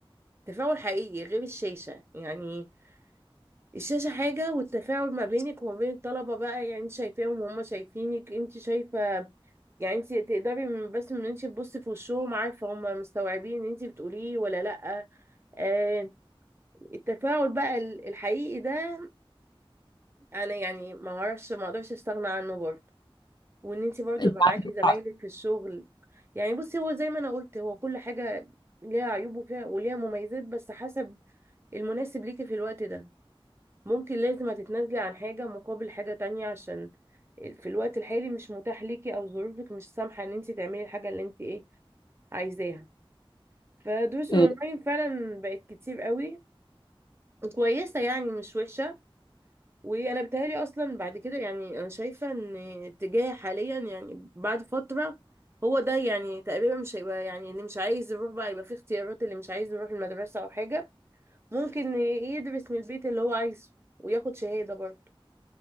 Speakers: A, on the right; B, on the left.
A: تفاعل حقيقي غير الشاشة يعني الشاشة حاجة والتفاعل ما بينك وما بين الطلبة بقى يعني انت شايفاهم وهم شايفينك انت شايفة يعني انت تقدري من بس من انت تبصي في وشهم عارفة هم مستوعبين ان انت بتقوليه ولا لأ آه التفاعل بقى ال- الحقيقي ده انا يعني ما اعرفش ما اقدرش استغنى عنه برضه وان انت برضه
B: انت
A: يبقى معاكي
B: عندك
A: زمايلك
B: حق
A: في الشغل يعني بصي هو زي ما انا قلت هو كل حاجه ليها عيوب وفيها وليها مميزات بس حسب المناسب ليكي في الوقت ده ممكن لازم هتتنازلي عن حاجه مقابل حاجه تانية عشان في الوقت الحالي مش متاح ليكي او ظروفك مش سامحه ان انت تعملي الحاجه اللي انت ايه عايزاها فدروس
B: آه،
A: الاونلاين فعلا بقت كتير قوي وكويسه يعني مش وحشه وانا بتهيألي اصلا بعد كده يعني انا شايفه ان اتجاه حاليا يعني بعد فتره هو ده يعني تقريبا مش هيبقى يعني اللي مش عايز يروح بقى يبقى في اختيارات اللي مش عايز يروح المدرسه او حاجه ممكن يدرس من البيت اللي هو عايزه وياخد شهاده برضه